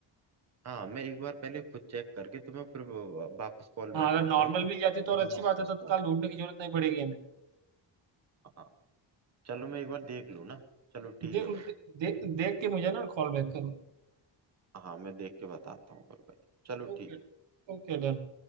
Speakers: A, on the right (about 35°); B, on the right (about 75°).
A: हाँ मैं एक बार पहले खुद चेक करके तुम्हें फिर वा- वापस कॉल
B: हाँ
A: बैक
B: अगर
A: करता
B: नॉर्मल
A: हूँ ना
B: मिल
A: फिर
B: जाती तो और अच्छी
A: बात
B: बात
A: करता
B: है तत्काल
A: हूँ
B: ढूंढने की जरूरत नहीं पड़ेगी हमें
A: हाँ चलो मैं एक बार देख लूँ ना चलो ठीक
B: देख
A: है
B: लो
A: भाई
B: दे, दे, देख के मुझे ना कॉल बैक करो
A: हाँ मैं देख के बताता हूँ फिर भाई चलो
B: ओके
A: ठीक है
B: Okay done